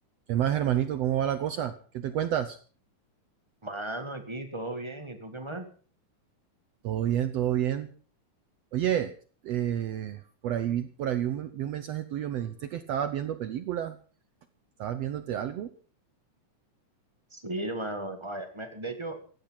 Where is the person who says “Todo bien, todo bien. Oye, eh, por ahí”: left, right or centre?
Right